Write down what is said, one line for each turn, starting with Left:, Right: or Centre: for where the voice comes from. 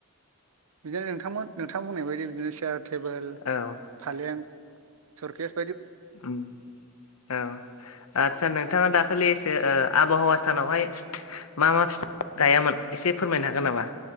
Right: बिदिनो नोंथांमोन नोंथां बुंनाय बायदि बिदिनो चीयार टेबोल
Left: औ
Right: फालें। सुरखेस।
Left: उम औ आदसा नोंथाङा दाखालिसो ओ आबहावा सानावहाय मा मा फिफां गायामोन एसे फोरमायनो हागोन नामा?